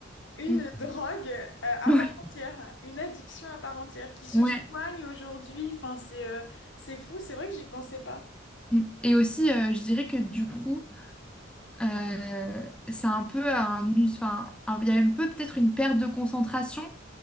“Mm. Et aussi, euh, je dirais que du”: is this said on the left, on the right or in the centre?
Centre